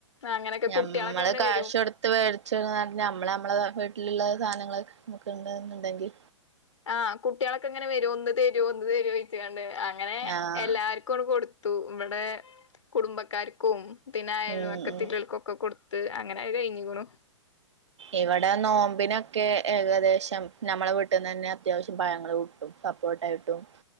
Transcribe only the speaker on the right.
നമ്മള്
കാശ്
കൊടുത്ത് വേടിച്ച നമ്മള് നമ്മള് വീട്ടിലുള്ള സാധനങ്ങളൊക്കെ ഇണ്ട് ന്ന് ഉണ്ടെങ്കി
ആഹ്
ഉം ഉം
ഇവിടെ നോമ്പിനൊക്കെ ഏകദേശം നമ്മള വീട്ടിന്ന് തന്നെ അത്യാവശ്യം പഴങ്ങള് കിട്ടും സപ്പോട്ട ട്ടും